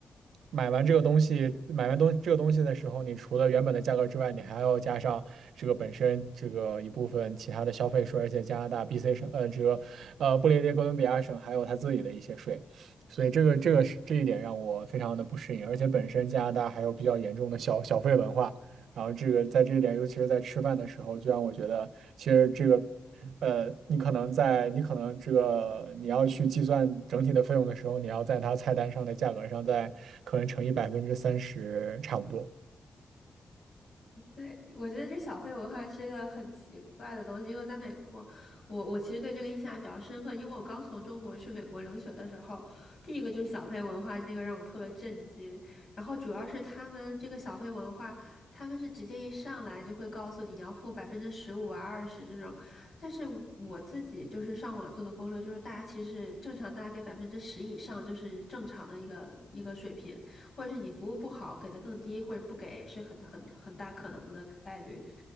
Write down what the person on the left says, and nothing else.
对，我觉得这小费文化是一个很奇怪的东西，因为在美国，我我其实对这个印象还比较深刻，因为我刚从中国去美国留学的时候，第一个就是小费文化，这个让我特别震惊。然后主要是他们这个小费文化，他们是直接一上来就会告诉你你要付百分之十五啊、二十这种，但是我自己就是上网做的攻略，就是大家其实正常大家给百分之十以上就是正常的一个一个水平。或者是你服务不好，给的更低，或者不给，是很很很大可能的概率。